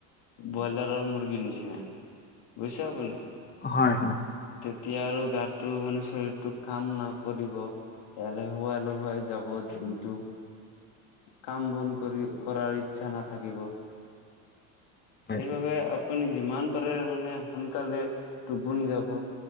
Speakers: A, on the left; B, on the left.
A: ব্ৰইলাৰৰ মুৰ্গীৰ নিচিনা, বুজিছে আপুনি?
B: হয়, হয়।
A: তেতিয়া আৰু গাটো মানে শৰীৰটোক কাম নকৰিব। এলেহুৱা এলেহুৱাই যাব দিনটো কাম-বন কৰি কৰাৰ ইচ্ছা নাথাকিব।
B: হয়
A: এইবাবে আপুনি যিমান পাৰে মানে সোনকালে টোপনি যাব।